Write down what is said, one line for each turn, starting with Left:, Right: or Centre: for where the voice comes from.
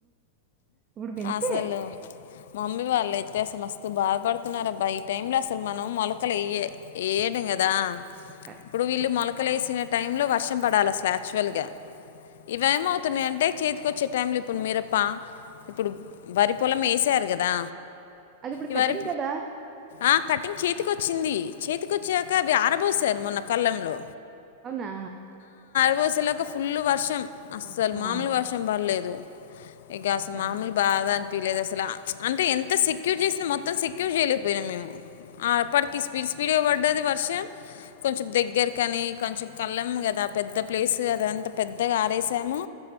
Right: ఇప్పుడు వింతే
Left: అసలు మమ్మీ వాళ్ళు మస్త అ బాధపడుతున్నారబ్బా ఈ టై లో అసలు మనం మొలకలు <unintelligible> వేయడం కదా
Right: అక్క.
Left: ఇప్పుడు
Right: ఆ!
Left: వీళ్ళు మలకలేసినట్టు టైంలో వర్షం పడాల అసలు యాక్చువల్ గా ఇవేమవుతున్నాయి అంటే చేతికి వచ్చే టైంలో ఇప్పుడు మిరప్ప ఇప్పుడు వరి పొలం వేసారు కదా
Right: అది ఇప్పుడు
Left: ఇవారి
Right: కటింగ్ కదా
Left: ఆ కటింగ్ చేతికి వచ్చింది చేతికొచ్చాక అవి ఆరబోసారు మొన్న కళ్ళంలో
Right: అవునా
Left: <unintelligible> ఫుల్లు వర్షం అస్సలు
Right: అబ్బా
Left: మామూలు వషం పడలేదు ఇగ
Right: అబ్బా
Left: అస్ మాముల బాత పిలేదు అసలు అంటే ఎంత సెక్యూర్ చేసినా మొత్తం సెక్యూర్ చేయలేకపోయినాము మేము ఆ అప్పటికి స్పీడ్ స్పీడే పడ్డది వర్షం కొంచెం దగ్గర కాని కొంచెం కళ్ళము కదా ఆ పెద్ద ప్లేస్ అద అంత పెద్దగా ఆరేసాము